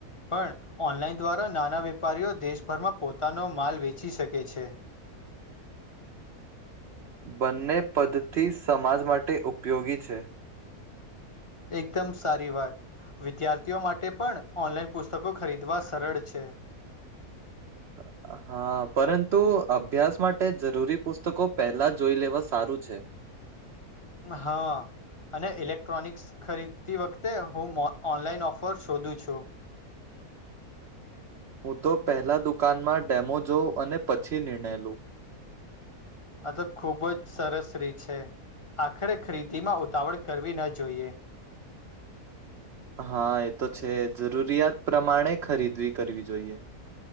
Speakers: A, on the left (about 20°); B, on the right (about 55°).
A: પણ, ઓનલાઈન દ્વારા નાના વેપારીઓ દેશભરમાં પોતાનો માલ વેચી શકે છે.
B: બંને પદ્ધતી સમાજ માટે ઉપયોગી છે.
A: એકદમ સારી વાત. વિદ્યાર્થીઓ માટે પણ, ઓનલાઈન પુસ્તકો ખરીદવા સરળ છે.
B: <unintelligible> હા, પરંતુ અભ્યાસ માટે જરૂરી પુસ્તકો પહેલા જોઈ લેવા સારું છે.
A: હા. અને ઇલેક્ટ્રોનિક્સ ખરીદતી વખતે, હું મો ઓનલાઈન ઓફર શોધું છું.
B: હું તો પહેલા દુકાનમાં ડેમો જોઉં, અને પછી નિર્ણય લઉ.
A: આ તો ખુબ જ સરસ રીત છે, આખરે ખરીદીમાં ઉતાવળ કરવી ન જોઈએ.
B: હા એ તો છે. જરૂરિયાત પ્રમાણે ખરીદવી કરવી જોઈએ